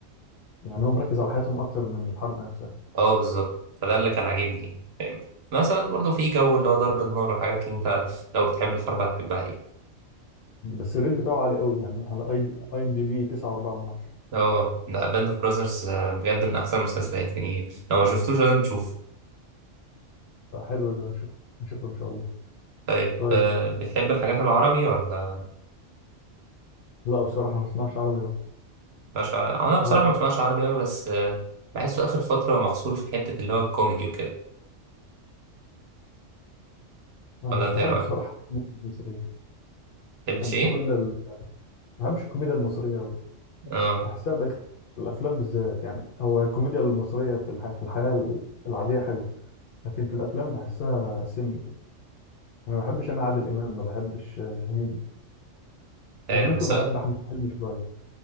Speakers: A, on the left (about 55°); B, on the right (about 60°).
A: يعني هو مركز على حياتهم اكتر من الحرب نفسها
B: اه بالظبط فده اللي كان عاجبني يعني، فاهم في نفس الوقت برضه في جو اللي هو ضرب النار والحاجات اللي انت لو بتحب الحرب هتحبها دي
A: بس الريت بتاعه عالي قوي يعني على اي دي اي ام دي بي 9.4 من 10
B: اه لا باند اوف براذرز بجد من احسن المسلسلات يعني لو ما شفتوش لازم تشوف
A: فحلو ده هشوف هشوفه ان شاء الله
B: طيب
A: طيب
B: آه، بتحب الحاجات العربي ولا
A: لا بصراحه ما بسمعش عربي قوي
B: مش عربي؟ انا بصراحه
A: هو انا
B: ما بسمعش عربي قوي بس آه، بحسه اخر فتره محصور في حته اللي هو الكوميدي وكده
A: أنا
B: ولا
A: مش
B: انت
A: بحب
B: ايه رايك
A: بصراحه الكوميديا المصريه
B: بتحبش
A: انا
B: ايه
A: كل ال... ما بحبش الكوميديا المصريه قوي
B: اه
A: بحسها بقت في الافلام بالذات يعني هو الكوميديا المصريه في الحياه في الحياه العاديه حلوه لكن في الافلام بحسها سمجة كده انا ما بحبش انا عادل امام ما بحبش آه، هنيدي
B: عارف
A: آه، ممكن
B: بس
A: بحب احمد حلمي شويه